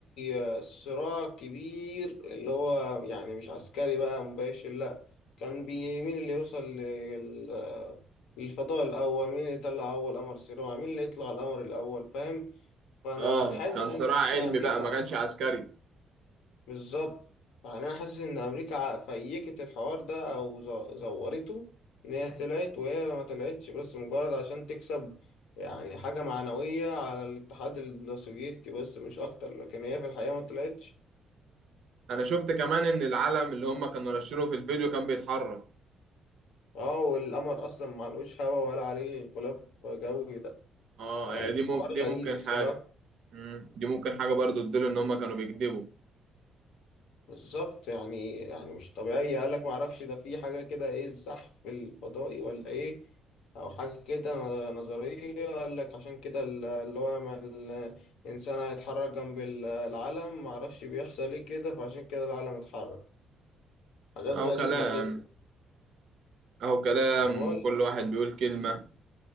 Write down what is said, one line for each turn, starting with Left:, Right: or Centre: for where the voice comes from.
Left: آه، صراع كبير اللي هو يعني مش عسكري بقى مباشر لأ كان بي- مين اللي يوصل لل- آه، للفضاء الأول مين اللي يطلع أول قمر صناعي مين اللي يطلع القمر الأول فاهم؟ فأنا
Right: اه
Left: حاسس
Right: كان صراع
Left: إن
Right: علمي
Left: هي أمريكا
Right: بقى ما كانش عسكري
Left: بالظبط يعني انا حاسس ان امريكا ع- فيكت الحوار ده او ز- زورته ان هي طلعت وهي ما طلعتش بس مجرد عشان تكسب يعني حاجة معنوية على الاتحاد السوفيتي بس مش اكتر لكن هي في الحقيقة ما طلعتش
Right: انا شفت كمان ان العلم اللي هم كانوا نشروه في الفيديو كان بيتحرك
Left: اه والقمر اصلا ما لهوش هوا ولا عليه غلاف جوي ده
Right: اه
Left: فالحوار
Right: يعني دي مم... دي
Left: غريب
Right: ممكن
Left: الصراحة
Right: حاجة مم. دي ممكن حاجة برضو تدل ان هم كانوا بيكذبوا
Left: بالظبط يعني يعني مش طبيعية قالك ما اعرفش ده في حاجة كده ايه الزحف الفضائي ولا ايه او حاجة كده نظرية قالك عشان كده ال- اللي هو لما الانسان هيتحرك جنب ال- العلم ما اعرفش بيحصل ايه كده فعشان كده العلم اتحرك حاجات
Right: او
Left: غريبة
Right: كلام
Left: كده
Right: او كلام
Left: انا بقول
Right: وكل واحد بيقول كلمة